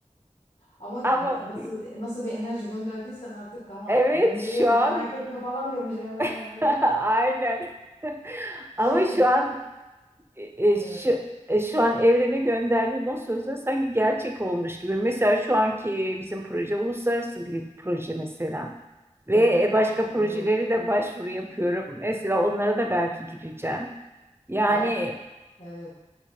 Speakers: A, on the left (about 65°); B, on the right (about 20°).
A: Ama
B: <laughs> Ama
A: nasıl nasıl bir enerji gönderdiysen artık tamam
B: Evet
A: gönderiyoruz
B: şu an
A: merak etme falan demiş Evren yani
B: <laughs>
A: öyle.
B: aynen. <laughs>
A: Şey
B: Ama şu
A: gibi.
B: an e, e,
A: Evet
B: şu,
A: evet
B: e, şu an evrenin gönderdiği bu sözler sanki gerçek olmuş gibi. Mesela şu anki bizim proje uluslararası bir proje mesela. Ve
A: Hmm.
B: e, başka projeleri
A: doğru.
B: de başvuru yapıyorum. Mesela onlara da belki gireceğim. Yani
A: Ya Evet.